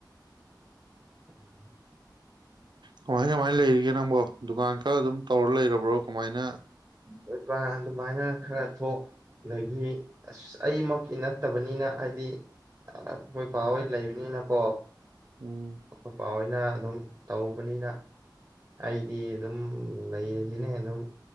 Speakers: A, on the right; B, on the right.
A: ꯎꯝ <unintelligible>
B: ꯀꯃꯥꯏ ꯀꯃꯥꯏꯅ ꯂꯩꯔꯤꯒꯦ ꯅꯪꯕꯣ ꯗꯨꯀꯥꯟ ꯈꯔ ꯑꯗꯨꯝ ꯇꯧꯔ ꯂꯩꯔꯕ꯭ꯔꯣ? ꯀꯃꯥꯏꯅ
A: ꯍꯣ ꯚꯥꯏ ꯑꯗꯨꯃꯥꯏꯅ ꯈꯔ ꯊꯣꯛ ꯑꯗꯒꯤ ꯑꯁ ꯑꯩꯃꯛꯀꯤ ꯅꯠꯇꯕꯅꯤꯅ ꯍꯥꯏꯗꯤ ꯑꯩꯈꯣꯏ ꯄꯥ ꯍꯣꯏ ꯂꯩꯕꯅꯤꯅꯀꯣ꯫
B: ꯎꯝ
A: ꯑꯈꯣꯏ ꯄꯥ ꯍꯣꯏ ꯅ ꯑꯗꯨꯝ ꯇꯧꯕꯅꯤꯅ ꯑꯩꯗꯤ ꯑꯗꯨꯝ ꯂꯩꯔꯤꯁꯤꯅꯦ ꯑꯗꯨꯝ